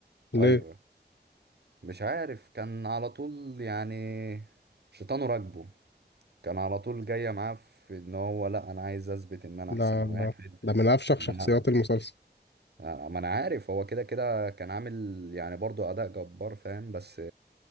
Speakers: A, on the left; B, on the right.
A: ليه؟
B: ايوه مش عارف كان على طول يعني شيطانه راكبه كان على طول جايه معاه في ان هو لا انا عايز اثبت ان انا
A: ده
B: احسن واحد
A: ده من أفشخ
B: وان
A: شخصيات
B: انا
A: المسلسل
B: أنا- ما انا عارف هو كده كده كان عامل يعني برضو اداء جبار فاهم بس